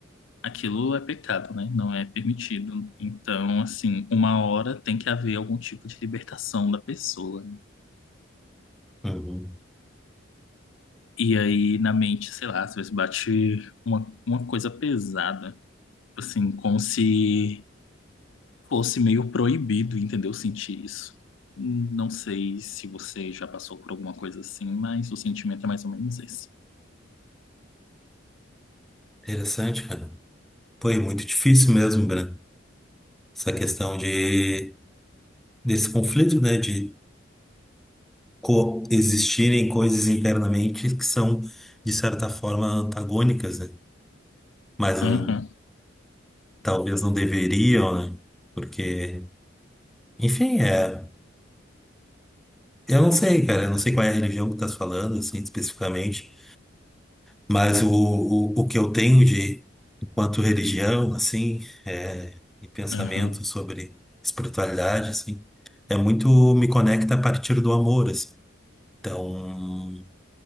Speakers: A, on the left; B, in the centre.
A: Aquilo é pecado, né? Não é permitido. Então, assim, uma hora tem que haver algum tipo de libertação da pessoa. né?
B: uhum.
A: E aí, na mente, sei lá, às vezes bate uma, uma coisa pesada, assim, como se fosse meio proibido, entendeu? Sentir isso. Hum, Não sei se você já passou por alguma coisa assim, mas o sentimento é mais ou menos esse.
B: interessante, cara. Foi muito difícil mesmo, Breno. Essa questão de, desse conflito, né? De coexistirem coisas internamente que são, de certa forma, antagônicas, né? Mas hum,
A: Aham,
B: talvez não deveriam, né? Porque, enfim, é. Eu não sei, cara. Eu não sei qual é a religião que tu estás falando, assim, especificamente. Mas o, o, o que eu tenho de, enquanto religião, assim, é, e pensamento
A: aham.
B: sobre espiritualidade, assim, é muito me conecta a partir do amor, assim. Então,